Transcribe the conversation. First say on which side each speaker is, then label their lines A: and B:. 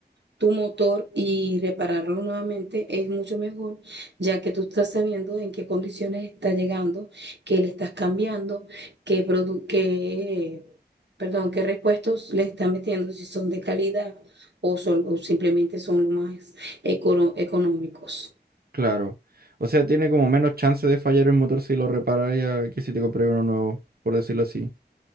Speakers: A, on the right; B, on the right.
A: tu motor y repararlo nuevamente es mucho mejor, ya que tú estás sabiendo en qué condiciones está llegando, qué le estás cambiando, qué produ- qué, perdón, qué repuestos le estás metiendo, si son de calidad o, son, o simplemente son lo más econo- económicos.
B: Claro. O sea, tiene como menos chance de fallar el motor si lo reparas ya que si te compras uno nuevo, por decirlo así.